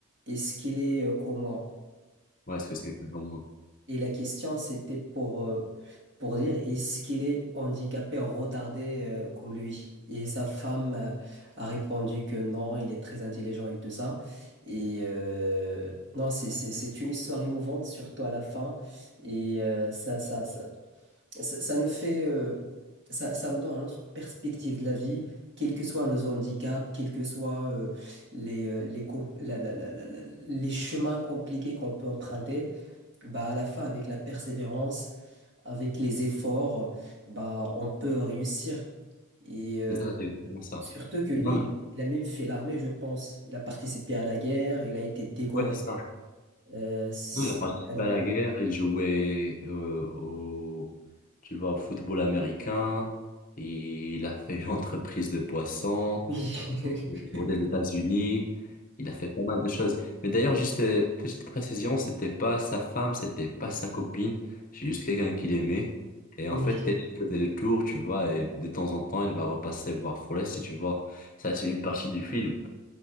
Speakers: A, on the right (about 55°); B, on the left (about 40°).
A: Est-ce qu'il est euh, comme moi?
B: Ouais, est-ce que c'est quelque chose comme moi?
A: Et la question, c'était pour, euh, pour dire, est-ce qu'il est handicapé, retardé euh, comme lui? Et sa femme euh, a répondu que non, il est très intelligent et tout ça. Et euh, non, c'est, c'est, c'est une histoire émouvante, surtout à la fin. Et euh, ça, ça, ça, ça, ça nous fait, euh, ça, ça nous donne une autre perspective de la vie, quels que soient nos handicaps, quels que soient euh, les, euh, les, com- la- la- la- la- la- les chemins compliqués qu'on peut emprunter. Bah, à la fin, avec la persévérance, avec les efforts, bah, on peut réussir. Et euh,
B: C'est ça, c'est exactement ça.
A: surtout que lui,
B: Non,
A: il
B: mais,
A: il a même fait l'armée, je pense. Il a participé à la guerre, il a été décoré.
B: ouais, c'est ça.
A: Euh, c'est
B: Non, il a participé
A: un héros.
B: à la guerre, il jouait euh, au, tu vois, au football américain, il a fait une entreprise de poissons.
A: oui, <laughs>
B: Tour des États-Unis. Il a fait pas mal de choses. Mais d'ailleurs, juste euh, petite précision, c'était pas sa femme, c'était pas sa copine. C'est juste quelqu'un qu'il aimait. Et en
A: oui,
B: fait, elle faisait le tour, tu vois, et de temps en temps, il va repasser voir Forrest, et tu vois. Ça, c'est une partie du film.